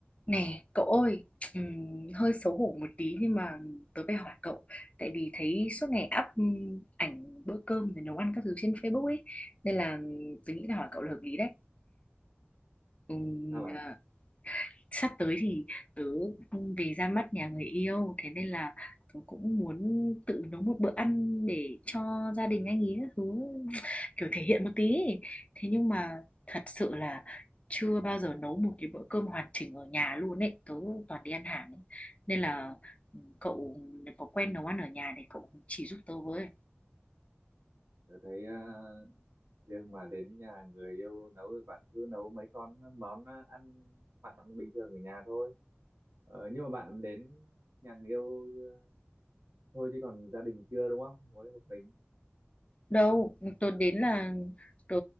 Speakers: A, on the left (about 30°); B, on the right (about 80°).
A: Nè, cậu ơi, ừm, hơi xấu hổ một tí nhưng mà tớ phải hỏi cậu tại vì thấy suốt ngày up ừm, ảnh bữa cơm rồi nấu ăn các thứ trên Facebook ấy nên là ừm, tớ nghĩ là hỏi cậu là hợp lý đấy. Ừm,
B: Sao bạn?
A: à, sắp tới thì tớ về ra mắt nhà người yêu thế nên là tớ cũng muốn tự nấu một bữa ăn để cho gia đình anh ý các thứ kiểu thể hiện một tí ấy. thế nhưng mà thật sự là chưa bao giờ nấu một cái bữa cơm hoàn chỉnh ở nhà luôn ấy tớ toàn đi ăn hàng ấy. nên là ừ, cậu có quen nấu ăn ở nhà thì cậu chỉ giúp tớ với
B: Tôi thấy ờ, riêng mà đến nhà người yêu nấu thì bạn cứ nấu mấy con món ờ, ăn mặn bình thường ở nhà thôi. Ờ, nhưng mà bạn đến nhà người yêu ờ, thôi chứ còn gia đình chưa đúng không? Mới một mình.
A: đâu tớ đến là tớ